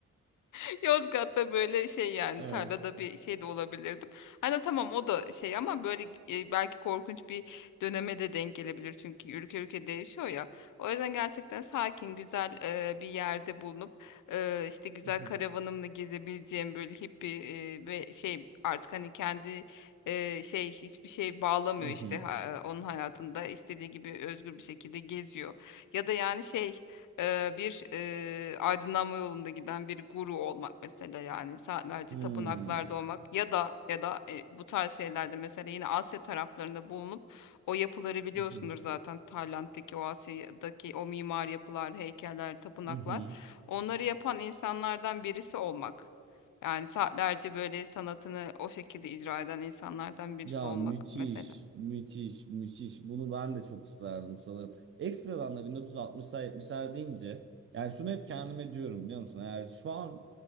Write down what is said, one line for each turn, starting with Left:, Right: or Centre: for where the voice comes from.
Left: <laughs> Yozgat'ta böyle şey yani
Right: <laughs>
Left: tarlada
Right: Evet.
Left: bir şey de olabilirdim. Hani tamam o da şey ama böyle e, belki korkunç bir döneme de denk gelebilir çünkü ülke ülke değişiyor ya. O yüzden gerçekten sakin güzel e, bir yerde bulunup e, işte güzel
Right: <laughs>
Left: karavanımla gezebileceğim böyle hippie e, ve şey artık hani kendi e, şey hiçbir şey bağlamıyor
Right: Uhum.
Left: işte ha- onun hayatında istediği gibi özgür bir şekilde geziyor. Ya da yani şey e, bir e, aydınlanma yolunda giden bir guru olmak mesela yani saatlerce
Right: Hum.
Left: tapınaklarda olmak ya da ya da e, bu tarz şeylerde mesela yine Asya taraflarında bulunup o yapıları biliyorsundur
Right: Uhum.
Left: zaten Tayland'daki o Asya'daki o mimar yapılar, heykeller, tapınaklar
Right: Uhum.
Left: onları yapan insanlardan birisi olmak. Yani saatlerce böyle sanatını o şekilde icra eden insanlardan birisi
Right: Ya
Left: olmak
Right: müthiş,
Left: mesela.
Right: müthiş, müthiş. Bunu ben de çok isterdim sanırım. Ekstradan da 1960'lar 70'ler deyince yani şunu hep kendime diyorum biliyor musun? Eğer şu an